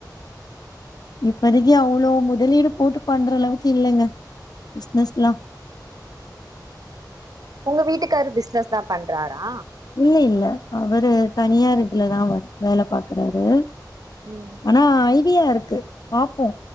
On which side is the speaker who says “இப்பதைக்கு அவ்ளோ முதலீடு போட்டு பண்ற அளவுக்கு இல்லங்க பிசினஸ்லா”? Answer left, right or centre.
Left